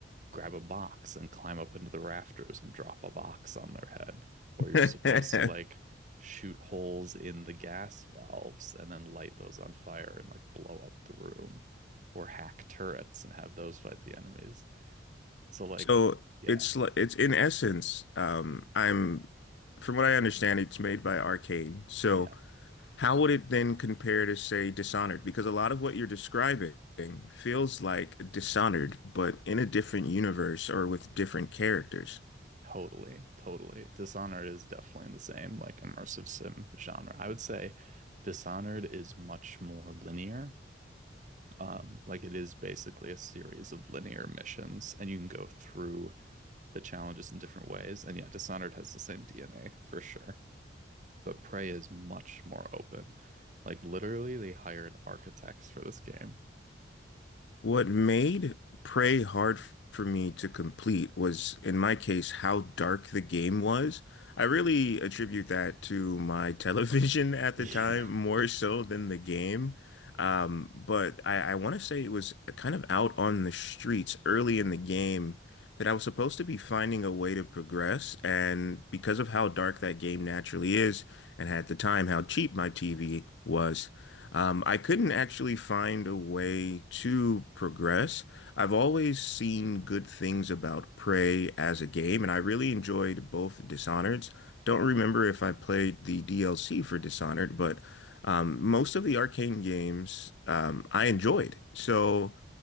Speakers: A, on the right (about 40°); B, on the left (about 75°).
A: grab a box and climb up into the rafters and drop a box on their head. Or
B: <laughs>
A: you're supposed to like shoot holes in the gas valves and then light those on fire and like blow up the room. Or hack turrets and have those fight the enemies. So, like,
B: So
A: yeah.
B: it's li- it's in essence, um, I'm from what I understand, it's made by Arcane. So
A: Yeah.
B: how would it then compare to, say, Dishonored? Because a lot of what you're describing feels like Dishonored, but in a different universe or with different characters.
A: Totally, totally. Dishonored is definitely in the same like immersive sim genre. I would say Dishonored is much more linear. Um, like it is basically a series of linear missions, and you can go through the challenges in different ways. And yeah, Dishonored has the same DNA for sure. But Prey is much more open. Like literally, they hired architects for this game.
B: What made Prey hard f- for me to complete was, in my case, how dark the game was. I really attribute that to my television <laughs> at
A: Yeah.
B: the time more so than the game. Um, but I, I want to say it was kind of out on the streets early in the game that I was supposed to be finding a way to progress. And because of how dark that game naturally is, and at the time how cheap my TV was, um, I couldn't actually find a way to progress. I've always seen good things about Prey as a game, and I really enjoyed both Dishonored's. Don't remember if I played the DLC for Dishonored, but. Um, most of the arcane games um, I enjoyed. So